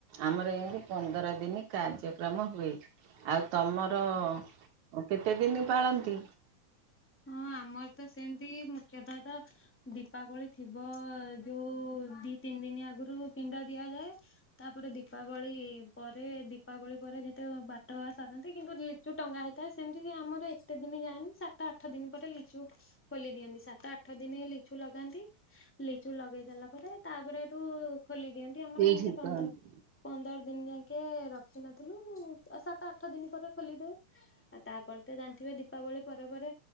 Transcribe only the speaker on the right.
ଆମର ଏମିତି ପନ୍ଦର ଦିନ କାର୍ଯ୍ୟକ୍ରମ ହୁଏ ଆଉ। ତମର? କେତେ ଦିନ। ପାଳନ୍ତି?
ଏଇଠି
କହନ୍ତି।